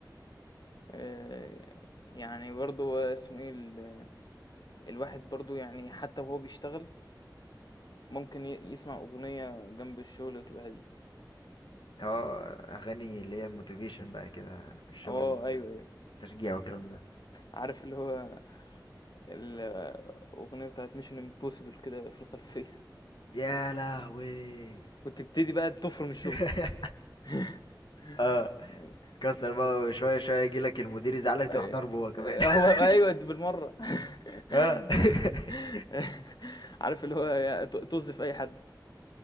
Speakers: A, on the left (about 60°); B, on the left (about 80°).
A: آآ يعني برضه اسمه إيه، ال الواحد برضه يعني حتّى وهو بيشتغل ممكن ي يسمع أغنية جنب الشغل وتبقى هادية.
B: اه اغاني اللي هي الموتيفيشن بقى كده الشغل
A: آه أيوه، أيوه.
B: التشجيع والكلام ده
A: عارف اللي هو الأغنية بتاعة Mission Impossible كده في الخلفية
B: يا لهوي
A: <laughs> وتبتدي بقى تفرم
B: <laughs>
A: الشغل <laughs>
B: اه
A: أيوة.
B: كسر بقى وشوية شوية يجيلك المدير يزعلك
A: آه،
B: تروح ضربه هو كمان <laughs>
A: هو أيوه بالمرة <laughs>
B: اه <laughs>
A: عارف اللي هو يا- ت- طز في أي حد